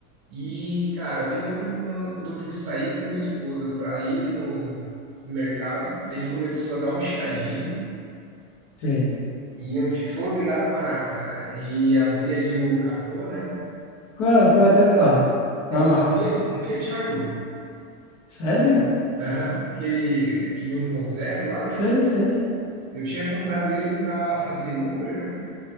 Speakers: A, on the right; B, on the left.
A: E, cara, bem ontem, com- quando eu fui sair com a minha esposa pra ir no no mercado, ele começou a dar um chiadinho
B: sei.
A: e eu te, fui obrigado a parar, cara, e abrir ali o capô, né?
B: Qual, qual é teu carro? Qual
A: É um
B: é a marca?
A: Fiat, um Fiat Argo.
B: Sério?
A: Aham, aquele, aquele 1.0 lá, né?
B: Sei, sei.
A: Eu tinha comprado ele para fazer Uber, né?